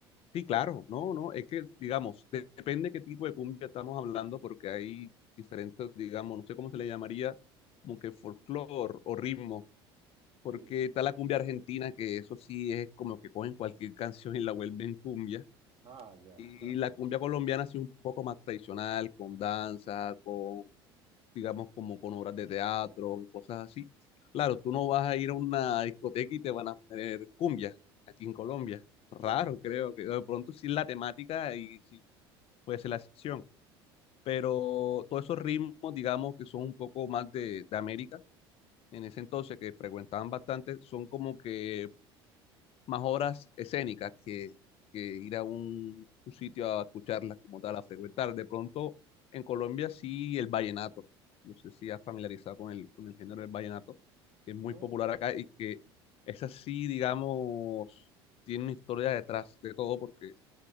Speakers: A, on the left (about 45°); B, on the right (about 45°).
A: Sí, claro, no, no, es que, digamos, de- depende qué tipo de cumbia estamos hablando, porque hay diferentes, digamos, no sé cómo se le llamaría, como que folclore o ritmo, porque
B: Sí.
A: está la cumbia argentina, que eso sí es como que cogen cualquier <laughs> canción y la vuelven cumbia,
B: Ah, ya.
A: y la
B: <laughs>
A: cumbia colombiana sí es un poco más tradicional, con danza, con digamos, como con obras de teatro y cosas así. Claro, tú no vas a ir a una discoteca y te van a poner cumbia aquí en Colombia. Raro,
B: Claro.
A: creo que de pronto sí es la temática y sí puede ser la excepción. Pero todos esos ritmos, digamos, que son un poco más de, de América, en ese entonces que frecuentaban bastante, son como que más obras escénicas que, que ir a un, un sitio a escucharlas como tal, a frecuentar. De pronto, en Colombia sí el vallenato. No sé si has familiarizado con el, con el género del vallenato, que es muy
B: No,
A: popular acá y que esa sí, digamos, tiene una historia detrás de todo porque